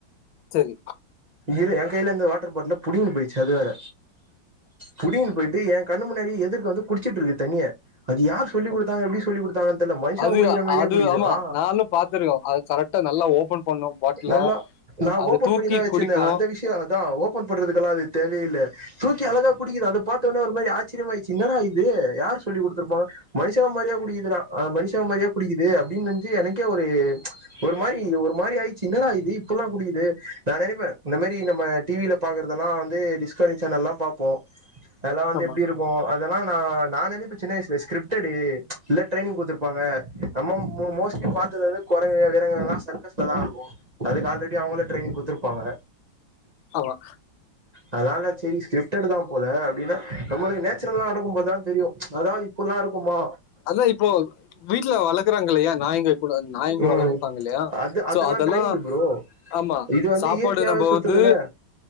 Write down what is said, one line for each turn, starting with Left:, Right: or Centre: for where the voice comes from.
Left: சரி
Right: இரு என் கையில இருந்த வாட்டர் பாட்டில புடிங்கின்னு போயிடுச்சு அது வேற புடுங்கினு போயிட்டு என் கண்ணு முன்னாடி எதிர்க வந்து குடிச்சிகிட்டு இருக்கு தண்ணிய அது சொல்லி
Left: ஓகே.
Right: கொடுத்தாங்க எப்படி சொல்லி கொடுத்தாங்கனு தெரில மனிஷங்க
Left: அது
Right: குடிக்கிற மாதிரியே
Left: அது
Right: குடிக்குது
Left: ஆமா
Right: ஆஹ்
Left: நானு பாத்துருக்கே அது கரெக்டா நல்லா ஓபன் பண்ணு பாட்டில
Right: நல்ல நான்
Left: அது
Right: ஓபன்
Left: தூக்கி
Right: பண்ணி தான் வெச்சிருந்தேன்
Left: குடிக்கு
Right: அந்த விஷயம் அதான் ஓபன் பண்றதுக்கு எல்லாம் தேவையில்லை தூக்கி அழகா குடிக்குது அதை பார்த்த உடனே ஒரு மாதிரி ஆச்சரியம் ஆயிடுச்சு இன்னடா இது யாரு சொல்லி கொடுத்துருப்பாங்க மனுஷங்க மாதிரியே குடிக்குது டா அது மனுஷங்க மாதிரியே குடிக்குது அப்படின்னு நினைச்சு எனக்கே ஒரு ஒரு மாதிரி ஒரு மாதிரி ஆயிடுச்சி என்னடா இது இப்படியல்லாம் குடிக்குது நான் நினைப்பேன் இந்த மாதிரி நம்ம டிவில பாக்கறதெல்லாம் வந்து டிஸ்கவரி சேனலெல்லாம் பாப்போம் அதெல்லாம் வந்து
Left: ஆமா
Right: எப்படி இருக்கும் இதெல்லாம் நான் நான் நடிச்ச சின்னவயசுல ஸ்கிரிப்ட் இல்ல ட்ரெய்னிங் குடுத்துருப்பாங்க நம்ம மோ மோஸ்ட்லி பாத்தது குரங்குங்கதான் அது சர்க்கஸ்ல தான் இருக்கும் அதுக்கு ஆல்ரெடி இது அவங்களே ட்ரெய்னிங் குடுத்து ப்பாங்க
Left: ஆமா
Right: அதனால சரி ஸ்கிரிப்ட் எழுதலாம் போல அப்படின்னா நம்மளுக்கு ஒரு அப்படினா நம்மளுக்கு நேச்சுரலா நடக்கும் போதுதான் தெரியும் அதாவது இப்படி எல்லாம் இருக்கும் க்குமா
Left: அதான் இப்போ வீட்ல வளர்க்குறாங்கிபக்கத்துலல்லையா நாய்ங்க கூட நாயங்க
Right: ம்
Left: வளர்ப்பாங்க இல்லையா
Right: அது அதெல்லா
Left: சோ அதெல்லாம்
Right: ட்ரெயின்டு ப்ரோ
Left: ஆமா
Right: இது வந்து
Left: சாப்பாடு
Right: இயற்கையாவே
Left: நம்ப
Right: சுத்துதுல
Left: வந்து